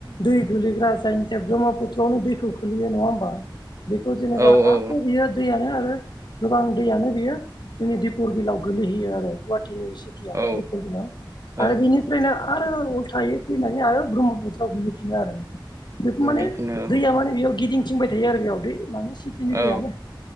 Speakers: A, on the left; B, on the right.
A: दै गोलैग्रा जायनि थाखाय ब्रह्मपुत्रआवनो दैखौ खोलैयो नंङा होमबा? बेखौ
B: थाखाय
A: जेनेबा
B: औ औ
A: आख' बियो दैयानो आरो गोबां दैयानो बियो जोंनि दिब परबिलाव गोलैहैयो आरो गुवाहाटि इउनिभारसिटिया
B: औ
A: दिपरबिलाव आरो
B: औ
A: बेनिफ्रायनो आरो उलथायै फैनानै आरो ब्रह्मफुथ्रयाव गोग्लैफिनो आरो बे
B: गोग्लैफिनो
A: माने
B: औ
A: दैया म बेयाव गिदिं थिंबाय थायो आरो बेयाव दै माने सिटिनि
B: औ
A: दैयानो